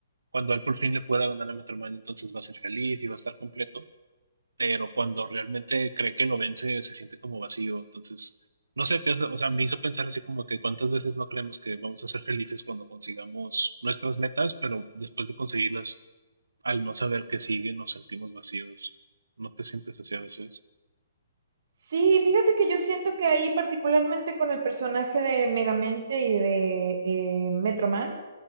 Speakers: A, on the right; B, on the right.
A: cuando él por fin le pueda ganar a Metroman, entonces va a ser feliz y va a estar completo pero cuando realmente cree que lo vence se siente como vacío, entonces, no sé, te hace- o sea, me hizo pensar así como que cuántas veces no creemos que vamos a ser felices cuando consigamos nuestras metas, pero después de conseguirlas, al no saber qué sigue, nos sentimos vacíos. ¿No te sientes así a veces?
B: Sí, fíjate que yo siento que ahí, particularmente con el personaje de Megamente y de eh, Metroman,